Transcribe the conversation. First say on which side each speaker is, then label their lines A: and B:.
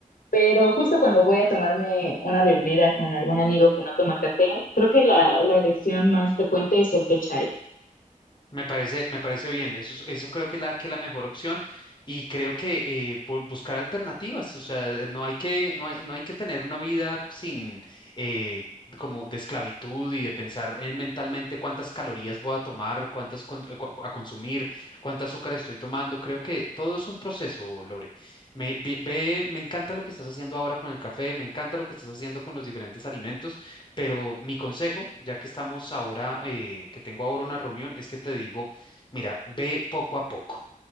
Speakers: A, on the left (about 80°); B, on the left (about 30°).
A: pero justo cuando voy a tomarme una bebida con algún amigo que no toma café, creo que la, la elección más frecuente es el té chai.
B: Me parece, me parece bien, eso, es- eso creo que es la, que es la mejor opción y creo que eh, bu- buscar alternativas, o sea, no hay que, no hay, no hay que tener una vida sin eh, como de esclavitud y de pensar eh, mentalmente cuántas calorías voy a tomar, cuántas con- eh, cu- a consumir, cuánto azúcar estoy tomando. Creo que todo es un proceso, Lore. Me, ve- ve- me encanta lo que estás haciendo ahora con el café, me encanta lo que estás haciendo con los diferentes alimentos. Pero mi consejo, ya que estamos ahora, eh, que tengo ahora una reunión, es que te digo, mira, ve poco a poco.